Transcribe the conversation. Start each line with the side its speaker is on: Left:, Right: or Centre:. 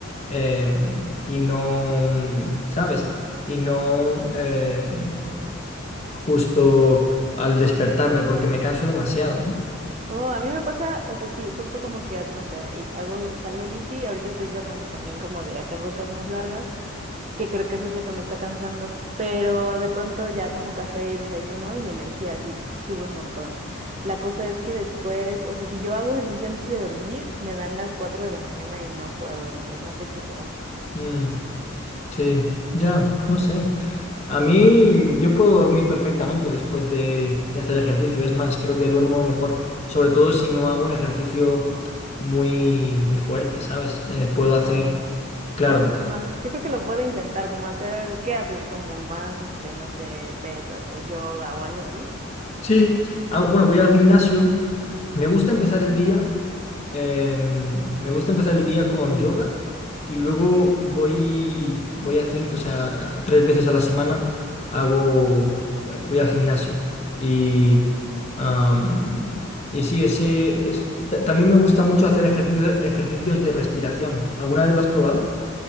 Left: em, y no, mm, ¿sabes? Y no em, justo al despertarme porque me canso demasiado, ¿no?
Right: Oh, a mí me pasa, o sea, sí, justo como que haz de cuenta, y hago, salgo en bici, ahorita estoy tratando también como de hacer rutas más largas. que creo que eso es lo que me está cansando, pero de pronto ya tomo café, desayuno y mi energía así pf, sube un montón. La cosa es que después, o sea, si yo hago ejercicio antes de dormir, me dan las 4 de la mañana y no puedo dormir, no sé qué será.
Left: Mm, sí, ya, no sé. A mí, yo puedo dormir perfectamente después de, de hacer ejercicio. Es más, creo que duermo mejor, sobre todo si no hago un ejercicio muy, muy fuerte, ¿sabes? Eh, puedo hacer,
Right: Ah, buenísimo.
Left: claro.
Right: Buenísima. Yo creo que lo puedo intentar, como hacer algo. ¿Qué haces? Como más, este, no sé, pesas o yoga o algo así.
Left: Sí, Ah, bueno, voy al gimnasio. Me gusta empezar el día Eh, me gusta empezar el día con yoga y luego voy, voy haciendo, o sea, tres veces a la semana hago, voy al gimnasio. Y, am, y sí, ese es, y ta- también me gusta mucho hacer ejercicios, ejercicios de respiración. ¿Alguna vez lo has probado?